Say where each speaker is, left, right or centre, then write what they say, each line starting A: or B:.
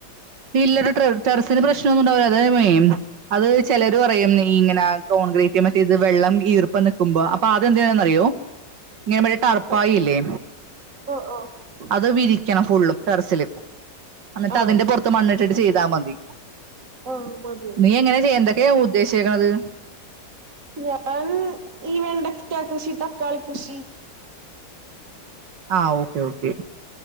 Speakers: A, on the right; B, on the right.
A: ഇല്ലടാ ടെറസിന് പ്രശ്നം ഒന്നും ഉണ്ടാവില്ല അതേ അത് ചിലർ പറയും ഇങ്ങനെ കോൺക്രീറ്റ് മറ്റേ ഇത് വെള്ളം ഈർപ്പം നിൽക്കുമ്പോൾ അപ്പൊ അദ്യം എന്തു ചെയ്യണന്നറിയോ ഇങ്ങനെ ടർപ്പായില്ലേ
B: ആഹ് ആഹ്
A: അത് വിരി ക്കണം ഫുള്ളും ടെറസില് എന്നിട്ട്
B: ആഹ് ആഹ്
A: അതിന്റെ പുറത്ത് മണ്ണിട്ടട്ട് ചെയ്താൽ മതി
B: ആഹ് മതി മതി
A: നീ എങ്ങനെ ചെയ്യാ എന്തൊക്കെയാ ഉദ്ദേശിക്കണത്
B: ഞാൻ ഈ വെണ്ടക്ക കൃഷി തക്കാളി കൃഷി
A: ആഹ് ഓക്കേ ഓക്കെ